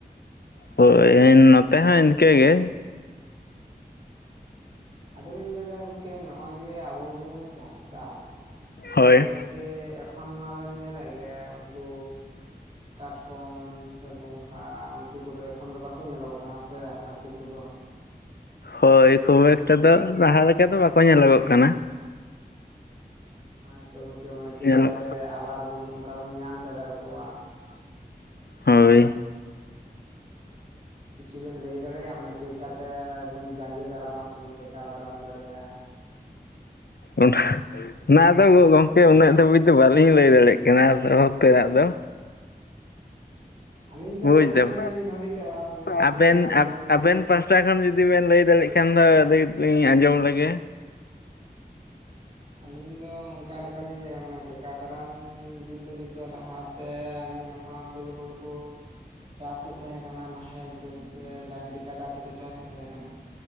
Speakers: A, on the left; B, on the right.
A: ᱦᱳᱭ ᱱᱚᱛᱮ ᱦᱚᱸ ᱤᱱᱠᱟᱹᱜ ᱜᱮ,
B: ᱟᱫᱚᱞᱤᱧ ᱞᱟᱹᱭᱫᱟ ᱜᱚᱝᱠᱮ ᱱᱚᱜᱼᱚᱭ ᱡᱮ ᱟᱵᱚ ᱡᱮᱵᱚᱱ ᱪᱟᱥ ᱫᱟ ᱟᱫᱚ
A: ᱦᱳᱭ
B: ᱜᱚᱢ ᱠᱮ ᱮᱠᱷᱚᱱ ᱢᱟᱵᱮᱱ ᱧᱮᱞᱮᱜ ᱜᱮ ᱩᱱᱠᱩ ᱠᱟᱴᱠᱚᱢ ᱥᱮ ᱜᱚᱝᱜᱷᱟ ᱩᱱᱠᱩ ᱠᱚᱫᱚ ᱮᱠᱷᱚᱱ ᱫᱚ ᱵᱟᱠᱚ ᱧᱮᱞᱚᱜᱚᱜ ᱠᱟᱱᱟ ᱥᱮ? ᱦᱟᱹᱠᱩ ᱠᱚᱫᱚ,
A: ᱦᱳᱭ ᱠᱷᱩᱵ ᱮᱠᱴᱟ ᱫᱚ ᱞᱟᱦᱟ ᱞᱮᱠᱟ ᱫᱚ ᱵᱟᱠᱚ ᱧᱮᱞᱚᱜᱚᱜ ᱠᱟᱱᱟ᱾
B: ᱚᱱᱟᱜᱮᱛᱚ ᱜᱚᱝᱠᱮ ᱢᱟᱱᱮ ᱪᱮᱠᱟᱛᱮ
A: ᱧᱮᱞᱚᱜ
B: ᱟᱵᱟᱨ ᱵᱚᱱ ᱚᱱᱠᱟ ᱵᱚᱱ ᱧᱟᱢ ᱫᱟᱲᱮ ᱟᱠᱚᱣᱟ?
A: ᱦᱳᱭ
B: ᱠᱤᱪᱷᱩ ᱵᱤᱱ ᱞᱟᱹᱭ ᱫᱟᱲᱮᱭᱟᱜᱼᱟ ᱢᱟᱱᱮ ᱪᱮᱫᱠᱟᱛᱮᱵᱚᱱ ᱡᱟᱸᱜᱮ ᱫᱟᱨᱟᱢᱟ, ᱥᱮᱵᱚᱱ ᱴᱮᱠᱟᱣ ᱫᱟᱨᱟᱢ ᱫᱟᱲᱮᱭᱟᱜᱼᱟ᱾
A: ᱚᱰᱹᱮᱦᱮ ᱚᱱᱟᱫᱚ ᱜᱚᱝᱠᱮ ᱩᱱᱟᱹᱜ ᱫᱷᱟᱹᱵᱤᱡ ᱫᱚ ᱵᱟᱹᱞᱤᱧ ᱞᱟᱹᱭ ᱫᱟᱲᱮᱭᱟᱜ ᱠᱟᱱᱟ ᱫᱚᱦᱚ ᱩᱛᱟᱨᱟᱜ ᱫᱚ᱾
B: ᱟᱞᱤᱧ ᱫᱚ
A: ᱵᱩᱡᱽ
B: ᱡᱟᱦᱟᱸᱛᱤᱱᱟᱹᱜ
A: ᱫᱟᱢ
B: ᱞᱤᱧ ᱵᱷᱟᱵᱤᱛᱚᱜᱼᱟ ᱢᱟᱱᱮ ᱟᱨᱠᱤ
A: ᱟᱵᱮᱱ
B: ᱩᱱᱟᱹᱜ ᱴᱟ ᱡᱩᱫᱤ
A: ᱟᱵᱮᱱ
B: ᱵᱤᱱ
A: ᱯᱟᱥᱴᱟ ᱠᱷᱚᱱ ᱡᱩᱫᱤ ᱵᱮᱱ ᱞᱟᱹᱭ ᱫᱟᱲᱮᱭᱟᱜ ᱠᱷᱟᱱ ᱫᱚ ᱟᱹᱫᱤᱧᱞᱤᱧ ᱟᱸᱡᱚᱢ ᱞᱮᱜᱮ᱾
B: ᱟᱞᱤᱧ ᱫᱚ ᱚᱱᱠᱟ ᱞᱮᱠᱟᱞᱤᱧ ᱞᱟᱹᱭᱼᱟ ᱢᱟᱱᱮ ᱴᱮᱠᱟᱣ ᱫᱟᱨᱟᱢ ᱡᱩᱛ ᱫᱚ ᱡᱩᱛᱚᱜᱼᱟ, ᱞᱟᱦᱟ ᱛᱮ ᱟᱝᱜᱤᱱ ᱦᱟᱯᱲᱟᱢ ᱠᱚ ᱡᱮᱢᱚᱱ ᱠᱚ ᱪᱟᱥᱮ ᱛᱟᱦᱮᱸ ᱠᱟᱱᱟ ᱱᱟᱦᱮᱞ ᱛᱮ, ᱥᱮ ᱰᱟᱹᱝᱨᱤ, ᱠᱟᱰᱟ, ᱛᱮᱠᱚ ᱪᱟᱥᱮ ᱛᱟᱦᱮᱸ ᱠᱟᱱᱟ᱾